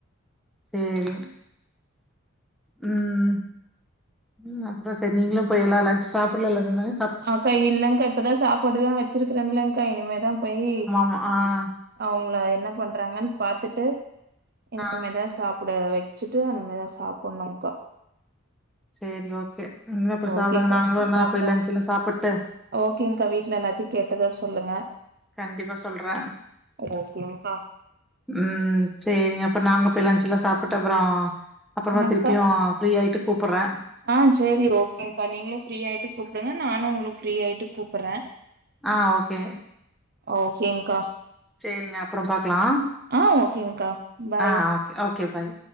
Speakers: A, in the centre; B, on the right.
A: சேரி ம் ம் அப்றோ சேரி நீங்ளு போய் எல்லா லஞ்ச் சாப்புல்லல நீனு
B: அக்கா இல்லங்கா இப்பதா சாப்பாடுதா வச்சிருக்கிறன்ல்கா இனிமேதா போய்
A: அ ஆங்
B: அவுங்களா என்ன பண்றாங்கன் பாத்துட்டு இனிமேதா
A: ஆ.
B: சாப்பிட வச்சுட்டு இனிமே தா சாப்ணுகா
A: சேரி ஓகே ம் அப்ப சாப்டுங்க
B: ஓகேங்க்கா
A: நாங்ளு என்னா
B: சாப்பிடு
A: போய் லன்ச்சுலா சாப்புட்டு
B: ஓகேங்க்கா வீட்ல எல்லாத்தியு கேட்டதா சொல்லுங்க
A: கண்டிப்பா சொல்றே
B: ஓகேங்க்கா
A: ம் சேரிங்க அப்ப நாங்க போய் லஞ்ச்சுல்லா சாப்புட்டு அப்றோ அப்றமா
B: என்னங்க்கா
A: திருப்பியு ஃப்ரீயாயிட்டு கூப்புறே
B: ஆ சேரி ஓகேங்க்கா நீங்ளு ஃப்ரீயாயிட்டு கூப்டுங்க நானு உங்ளுக்கு ஃப்ரீயாயிட்டு கூப்புறே
A: ஆ ஓகே
B: ஓகேங்க்கா
A: சேரிங்க அப்றோ பாக்லா
B: ஆ ஓகேங்க்கா பாய்
A: ஆ ஓகே ஓகே பாய்